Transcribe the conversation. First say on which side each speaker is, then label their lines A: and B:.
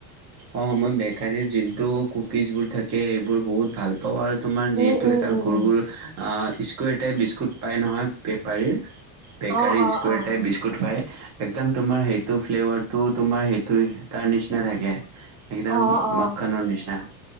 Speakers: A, on the right; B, on the right.
A: অঁ মই বেকাৰীৰ যোনটো কুকিজবোৰ থাকে সেইবোৰ বহুত ভাল পাওঁ আৰু তোমাৰ যিহেতু
B: উম, উম,
A: এটা
B: উম।
A: গুৰ গুৰ স্কুৱেৰটাইপ বিস্কুট পাই নহয় বেপাৰীৰ বেকাৰী
B: অ', অ',
A: স্কেৰ
B: অ',
A: টাইপ বিশ গুড ফ্ৰাই একদম তোমাৰ সেইটো ফ্লেভাৰটো তোমাৰ সেইটো তাৰ নিচিনা থাকে একদম
B: অ অ
A: মাখানৰ নিচিনা